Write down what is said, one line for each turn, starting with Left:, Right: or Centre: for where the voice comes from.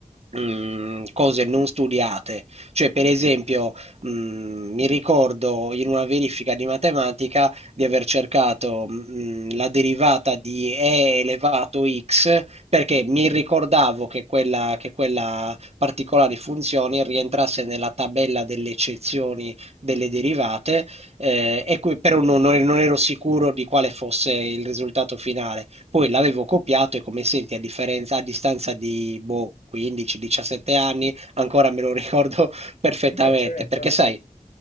Right: mh, cose non studiate. Cioè, per esempio, mh, mi ricordo in una verifica di matematica di aver cercato mh, la derivata di e elevato x perché mi ricordavo che quella, che quella particolare funzione rientrasse nella tabella delle eccezioni delle derivate eh, e qui però non, non ero sicuro di quale fosse il risultato finale. Poi l'avevo copiato e come senti a differenza, a distanza di boh, 15-17 anni, ancora me lo <laughs> ricordo Perfettamente,
Left: e beh certo.
Right: perché sai,